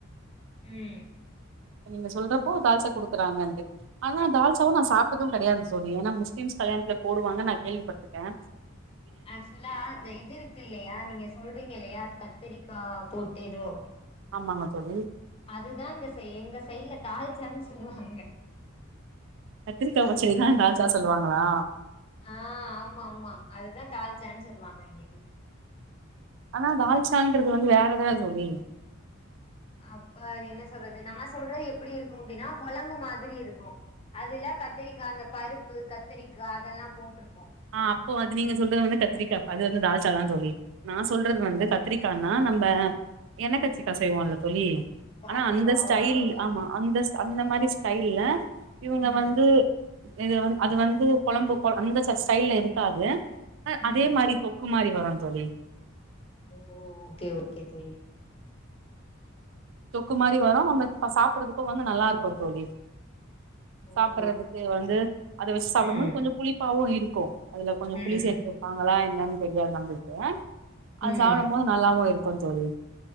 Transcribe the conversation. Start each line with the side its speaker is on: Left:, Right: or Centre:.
Left: உம்
Right: நீங்க சொல்றப்போ தால்சா கொடுக்குறங்கந்து ஆனா தால்சாவும் நான் சாப்பிட்டதும் கெடையாது தோழி ஏன்னா முஸ்லிம்ஸ் கல்யாணத்துல போடுவாங்கு நான் கேள்விப்பட்டிருக்கேன்
Left: ஆக்சுவலா அந்த இது இருக்கு இல்லையா நீங்க சொல்றீங்க இல்லையா அது கத்தரிக்கா போட்டேதோ
Right: ஆமாங்க தோழி
Left: அதுதாங்க ச எங்க சைட்ல தால்சான்னு சொல்லுவாங்க
Right: கத்திரிக்கா பச்சடிதான் தால்சா சொல்லுவாங்களா
Left: ஆஹ் ஆமா ஆமா அதுதான் தால்ச்சானு சொல்லுவாங்க இங்கிட்டு
Right: ஆனா தால்சான்றது வந்து வேற தான தோழி
Left: அப்ப அது என்ன சொல்றது நான் சொல்றது எப்படி இருக்கும் அப்படின்னா குழம்பு மாதிரி இருக்கும் அதுல்ல கத்தரிக்கா அந்த பருப்பு கத்தரிக்கா அதெல்லாம் போட்டிருக்
Right: ஆஹ் அப்போ அது நீங்க சொல்றது வந்து கத்திரிக்கா அது வந்து தால் சா தான் தோழி நான் சொல்றது வந்து கத்திரிக்கான்னா நம்ம எண்ணக்கத்திரிக்கா செய்வோம்ல்ல தோழி
Left: ஓ
Right: ஆனா
Left: அதுவா
Right: அந்த ஸ்டைல்
Left: ஆ ஓகே
Right: ஆமா
Left: ஓகே
Right: அந்த ஸ் அந்த மாதிரி ஸ்டைல்ல இவங்க
Left: ம்
Right: வந்து இது அது வந்து கெழம்பு அந்த ஸ்டைல்ல இருக்காது ஹ அதே
Left: ம்
Right: மாறி தொக் கு மாறி வரு தோழி
Left: ஓ ஓகே ஓகே தோழி
Right: தொக்கு மாறி
Left: அப்-
Right: வரும் நம்ம அப்ப சாப்பறதுக்கு வந்து நல்லா இருக்கும் தோழி
Left: ஓ
Right: சாப்பட்றதுக்கு
Left: ஓகே தோழி
Right: வந்து
Left: ஓகே தோழி
Right: அத வெச்சு சாப்பிடும்போது
Left: ம்
Right: கொஞ்சம் புளிப்பாவும் இருக் கொ அதுல கொஞ்ச
Left: ம்
Right: புலி சேத்து வெப்பாங்களா என்னனு செரியா நம்ளுது அது
Left: ம்
Right: சாப்டும் போது நல்லாவும் இருக்கு கும் தோழி